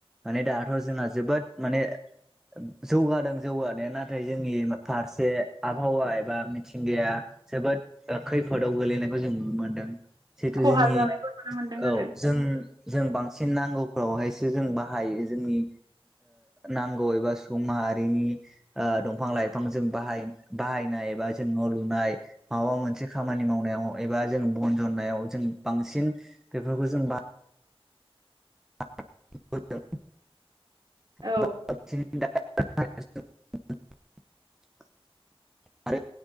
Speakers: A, in the centre; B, on the right (about 45°).
A: माने दाथ' जोंना जोबोद माने जौगादों जौगानाया नाथाय जोंनि फारसे आबहावा एबा मिथिंगाया जोबोद खैफोदाव गोलैनायखौ जों नुनो मोन्दों। जिथु
B: खहा
A: जोंनि
B: जानायखौ नुनो मोनदों
A: औ
B: आरो
A: जों जों बांसिन नांगौ‌। फ्रावहायसो जों बाहायो जोंनि नांगौ एबा सुबुं माहारिनि दंफां लाइफां जों बाहाय बाहायनाय एबा जों न' लुनाय। माबा मोनसे खामानि मावनायाव एबा जों बन जन्नायाव जों बांसिन बेफोरखौ जों बा हायबो‌दों।
B: औ
A: <unintelligible> <unintelligible> आरो